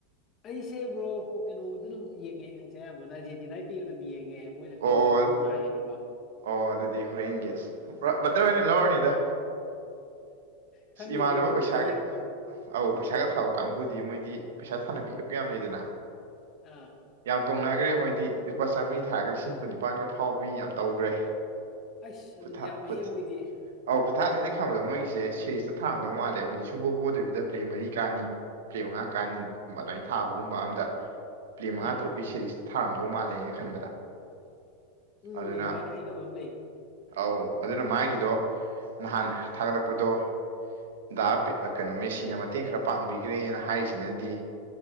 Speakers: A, on the left; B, on the right.
A: ꯑꯩꯁꯦ ꯕ꯭ꯔꯣ ꯀꯩꯅꯣꯗꯨꯣ ꯑꯗꯨꯝ ꯌꯦꯡꯉꯦ ꯑꯩꯁꯦ ꯑꯌꯥꯝꯕ ꯑꯥꯔꯖꯦꯟꯇꯤꯅꯥꯒꯤ ꯄ꯭ꯂꯦ ꯑꯗꯨꯝ ꯌꯦꯡꯉꯦ ꯃꯣꯏꯅ ꯈꯔ
B: ꯑꯣ
A: ꯌꯦꯡꯕ
B: ꯑꯣ
A: ꯅꯨꯡꯉꯥꯏꯌꯦꯅꯀꯣ
B: ꯑꯣ ꯑꯗꯨꯗꯤ ꯍꯣꯔꯦꯟꯒꯤ ꯑꯁ ꯄꯨꯔꯥ ꯕ꯭ꯔꯗꯔ ꯍꯣꯏꯅ ꯂꯧꯔꯅꯤꯗ
A: ꯈꯪꯗꯦ
B: ꯏꯃꯥꯟꯅꯕ
A: ꯕ꯭ꯔꯣ ꯑꯗꯨꯕꯨꯗꯤ
B: ꯄꯩꯁꯥꯒ
A: ꯌꯦꯡ
B: ꯑꯧ ꯄꯩꯁꯥꯒ ꯊꯥꯕ ꯀꯥꯡꯕꯨꯗꯤ ꯃꯣꯏꯗꯤ ꯄꯩꯁꯥ ꯊꯥꯅꯕꯤ ꯌꯥꯝ ꯂꯩꯗꯅ
A: ꯑꯥ
B: ꯌꯥꯝ ꯇꯣꯡꯅꯈ꯭ꯔꯦ ꯃꯣꯏꯗꯤ ꯂꯨꯄꯥ ꯆꯥꯝꯔꯤ ꯊꯥꯔꯒ ꯂꯤꯁꯤꯡ ꯀꯨꯟꯅꯤꯄꯥꯥꯟꯒ ꯐꯥꯎꯕꯤ ꯌꯥꯝ ꯇꯧꯈ꯭ꯔꯦ
A: ꯑꯁ
B: ꯈꯨꯨꯊꯥ
A: ꯑꯗꯨꯗꯤ ꯌꯥꯝꯃꯦꯍꯦ
B: ꯈꯨꯠ
A: ꯃꯣꯏꯗꯤ
B: ꯑꯧ ꯈꯨꯊꯥꯁꯦ ꯑꯩꯅ ꯈꯪꯕꯗ ꯃꯣꯏꯒꯤꯁꯦ ꯁꯦꯔꯤꯁꯇ ꯊꯥꯔꯝꯗꯧ ꯃꯥꯜꯂꯦꯕ ꯍꯥꯏꯕꯗꯤ ꯁꯨꯡꯄꯣꯄꯣꯗꯕꯤꯗ ꯄ꯭ꯂꯦ ꯃꯔꯤ ꯀꯥꯅꯤ ꯄ꯭ꯂꯦ ꯃꯉꯥ ꯀꯥꯟꯅꯤꯒꯨꯝ ꯑꯗꯨꯃꯥꯏꯅ ꯊꯥꯕꯒꯨꯝꯕ ꯑꯝꯗ ꯄ꯭ꯂꯦ ꯃꯉꯥ
A: ꯑꯥ
B: ꯇꯔꯨꯛꯀꯤ ꯁꯦꯔꯤꯁꯇ ꯊꯥꯔꯝꯗꯧ ꯃꯥꯜꯂꯦ ꯑꯩꯅ ꯈꯟꯕꯗ
A: ꯎꯝ
B: ꯑꯗꯨꯅ
A: ꯑꯗꯨꯃꯥꯏꯅ ꯍꯥꯏꯅꯕ ꯑꯃ ꯂꯩ
B: ꯑꯧ ꯑꯗꯨꯅ ꯃꯥꯒꯤꯗꯣ ꯅꯍꯥꯟ ꯊꯥꯒꯠꯂꯛꯄꯗꯣ ꯗꯥ ꯀꯩꯅꯣ ꯃꯦꯁꯤꯅ ꯃꯇꯦꯡ ꯈꯔ ꯄꯥꯡꯕꯤꯈ꯭ꯔꯦꯅ ꯍꯥꯏꯔꯤꯁꯤꯅꯗꯤ